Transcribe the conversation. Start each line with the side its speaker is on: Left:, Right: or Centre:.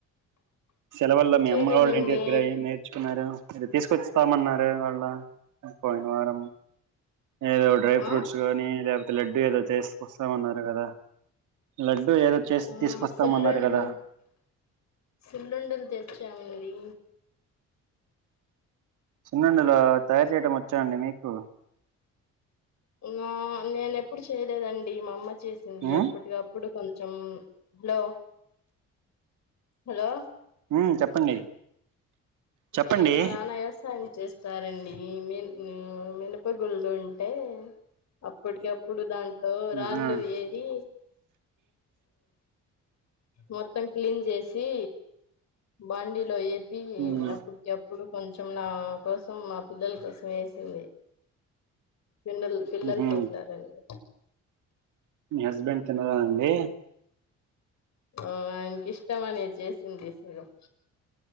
Right: సెలవుల్ల
Left: ఏం
Right: మీ
Left: చేయలేదండి
Right: అమ్మ వాళ్ళ ఇంటి దగ్గర ఏం నేర్చుకున్నారు ఏదో తీసుకొచ్చామన్నా వళ పోయిన వారం ఏదో డ్రై ఫ్రూట్స్
Left: ఆ
Right: గానీ లేకపోతే లడ్డూ ఏదో చేసుకోస్తామన్నారు కదా లడ్డు ఏదో చేసి
Left: ఆ
Right: తీసుకొస్తామన్నారు
Left: సిల్లుండలు
Right: కదా
Left: సిల్లుండలు తెచ్చామండి
Right: సున్నుండలు తయారు చేయడం వచ్చా అండి మీకు
Left: నా నేన ఎప్పుడు చేయలేదండి మా అమ్మ చేసింది
Right: ఆ
Left: అప్పటికిప్పుడు కొ చెం హలో హలో
Right: ఉం చెప్పండి
Left: అంటే
Right: చెప్పండి
Left: మా నాన్న వ్యవసాయం చేసు స్తారండీ ఈ మి మినప గుళ్లు ఉంటే అప్పటికి అప్పుడు దాం రాళ్లు
Right: ఆహా
Left: ఏరి మొత్తం క్లీన్ చేసి బండిలో ఏ అ
Right: ఉమ్
Left: అప్పటికి అప్పుడు కొంచెం కొంచెం నా కోసం మా పిల్లల కోసం వేసింది పిల్న్నలు పిల్లలు
Right: ఉహు
Left: తింటారండి
Right: మీ హస్బెండ్ తినరండి
Left: ఆ ఆయనకి ఇష్టం అని చేసింది సగం